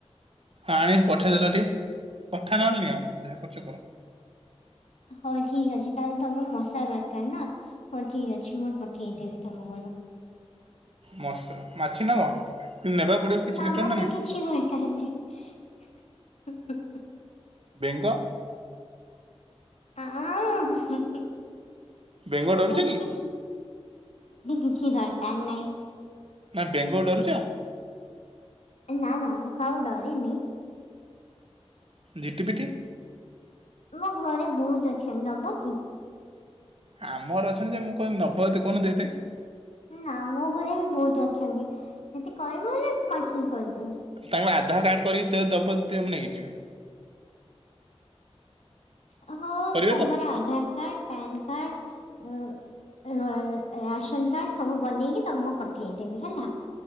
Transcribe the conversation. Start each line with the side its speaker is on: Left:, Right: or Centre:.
Right: ଆଣିକି ପଠେଇଦେଲ ଟିକେ, ପଠା ନହେଲେ ନିଅ, ଯାହା କରୁଚ କର।
Left: ହଉ ଠିକ୍ ଅଛି, ତାହେଲେ ତମକୁ ମଶା ଦରକାର ନା, ହଉ ଠିକ୍ ଅଛି ମୁଁ ପଠେଇଦେବି ତମ ଘରୁ
Right: ମସା ମାଛି ନବ? କିନ୍ତୁ ନେବାକୁ ପଡିବ କିଛି
Left: ନା
Right: ରିଟର୍ଣ
Left: ତେ
Right: ନାଇଁ
Left: କିଛି ଦରକାର ନାହିଁ।
Right: ବେଙ୍ଗ?
Left: ଆହା ହି ହି
Right: ବେଙ୍ଗ ଡରୁଛ
Left: ମତେ
Right: କି
Left: କିଛି କିଛି ଦରକାର ନାହିଁ।
Right: ନା ବେଙ୍ଗ ଡରୁଛ?
Left: ଏ ନା ନା କାହାକୁ ଡରିନି।
Right: ଜିଟିପିଟି।
Left: ମୋ ଘରେ ବହୁତ ଅଛନ୍ତି ନବ କି?
Right: ଆମର ଅଛନ୍ତି ଯେ ମୁଁ କଣ ନବଯଦି କହୁନ ଦେଇଦେବି।
Left: ନା ମୋ ଘରେ ବି ବହୁତ ଅଛନ୍ତି ଯଦି କହିବ ହେଲେ ପାର୍ସଲ କରିଦେବି।
Right: ତାଙ୍କ ଆଧାର କାର୍ଡ କରିକି ଯଦି ଦବ ଦିଅ ନେଇକି ଯିବି।
Left: ହଁ
Right: କରିବେ
Left: ତାଙ୍କର
Right: ତ
Left: ଆଧାର କାର୍ଡ ପାନ କାର୍ଡ ଅଁ ରାସନ କାର୍ଡ଼ ସବୁ ବନେଇକି ତମକୁ ପଠେଇଦେମି ହେଲା।